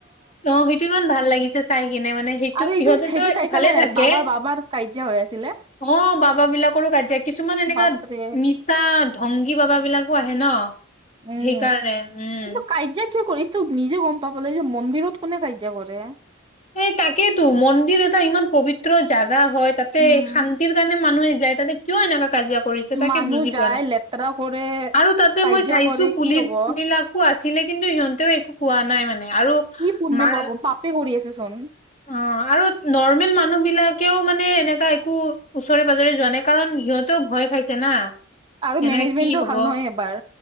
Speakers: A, on the left (about 35°); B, on the right (about 25°).
A: অ সেইটো ইমান ভাল লাগিছে চা কিনে মানে সেইটো
B: আৰু এইটো
A: ইহঁতেতো
B: সেইটো চাইছানে
A: ইফালে
B: নাই
A: থাকে
B: বাবাৰ বাবাৰ কাজিয়া হৈ আছিলে
A: অ বাবাবিলাকৰো কাজিয়া কিছুমান এনেকা
B: বাপৰে
A: মিছা ধংগী বাবা বিলাকো আহে ন
B: উম
A: সেইকাৰণে উম।
B: কিন্তু কাজিয়া কিয় কৰি ত নিজে গম পাব লাগে যে মন্দিৰত কোনে কাইজায়া কৰে
A: এই তাকেইতো মন্দিৰ এটা ইমান পবিত্ৰ জাগা জাগা হয় তাতে
B: উম,
A: শান্তিৰ কাৰণে মানুহে যায় তাতে কিয় এনেকা কাজিয়া কৰিছে তাকে
B: মানুহ
A: বুজি পোৱা
B: যায়
A: নাই
B: লেতেৰা কৰে
A: আৰু তাতে
B: কাজিয়া
A: মই চাইছো
B: কৰে
A: পুলিচ
B: কি হ'ব
A: বিলাকো আছিলে কিন্তু সিহঁতেও একো কোৱা নাই মানে আৰু
B: কি পুণ্য
A: মা
B: পাপ পাপে কৰি আছে চোন
A: অ আৰু নৰ্মেল মানুহ বিলাকেও মানে এনে কোৱা ওচৰে পাজৰে যোৱা নাই কাৰণ সিহঁতেও ভয় খাইছে না।
B: আৰু
A: সেনেকে
B: মেনেজমেণ্টটো
A: কি হব
B: ভাল নহয় এবাৰ।